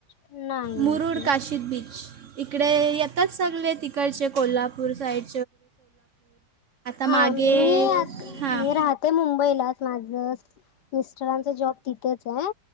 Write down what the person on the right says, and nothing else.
मुरुड
काशिद बीच. इकडे येतात सगळे तिकडचे कोल्हापूर साईड
मागे
हां